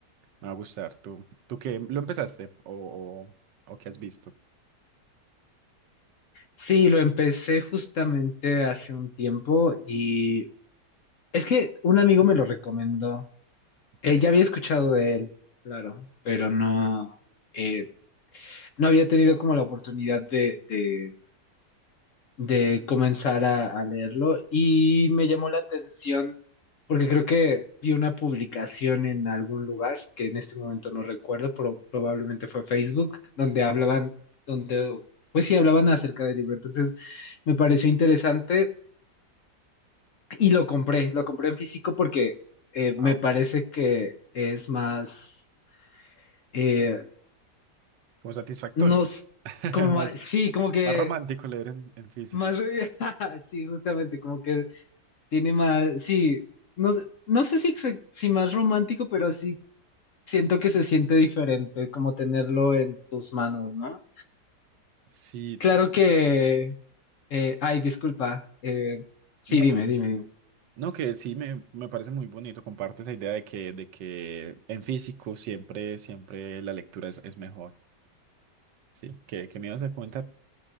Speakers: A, on the right; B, on the left.
A: va a gustar. ¿Tú, tú qué lo empezaste o, o, o qué has visto?
B: Sí, lo empecé justamente hace un tiempo y Es que un amigo me lo recomendó.
A: Ok,
B: Eh, ya había escuchado de él, claro, pero no, eh, no había tenido como la oportunidad de, de- de comenzar a, a leerlo y me llamó la atención porque creo que vi una publicación en algún lugar que en este momento no recuerdo, pero probablemente fue Facebook, donde hablaban, donde, pues sí, hablaban acerca del libro. Entonces me pareció interesante Y lo compré, lo compré en físico porque eh, me
A: Wow.
B: parece que es más, eh,
A: Como satisfactorio.
B: no, s-
A: <laughs>
B: como más,
A: Más,
B: sí, como que
A: más romántico leer en, en físico.
B: más, re- <laughs> sí, justamente, como que tiene más, sí, no, sé- no sé si, exa- si más romántico, pero sí siento que se siente diferente como tenerlo en tus manos, ¿no?
A: Sí,
B: Claro
A: te-
B: que, eh, ay, disculpa, eh, sí,
A: no,
B: dime,
A: no.
B: dime, dime.
A: No, que sí me, me parece muy bonito. Comparto esa idea de que, de que en físico siempre, siempre la lectura es, es mejor. Sí, ¿qué, qué me ibas a comentar?